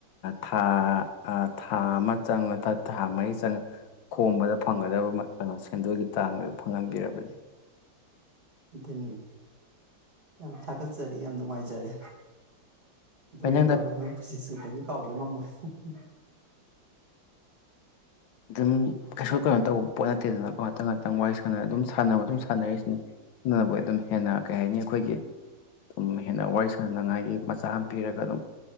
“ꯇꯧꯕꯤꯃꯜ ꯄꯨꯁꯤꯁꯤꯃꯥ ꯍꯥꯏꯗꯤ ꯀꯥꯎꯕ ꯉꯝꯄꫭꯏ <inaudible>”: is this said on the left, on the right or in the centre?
Right